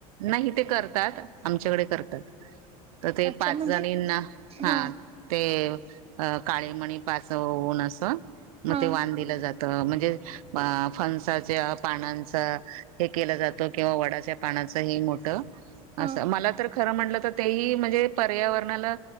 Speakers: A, on the right; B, on the right.
A: नाही ते करतात आमच्याकडे करतात. तर ते
B: अच्छा
A: पाच
B: म्हणजे
A: जणींना हा
B: हां,
A: ते अ काळेमणी पाच ओऊन असं मग
B: हां,
A: ते वान दिलं जात त म्हणजे फणसाच्या पानांचा हे केला जात, किंवा वडाच्या पानाच त हे मोठ
B: हां,
A: अस मला तर खर म्हटलं तर तेही म्हणजे पर्यावरणाला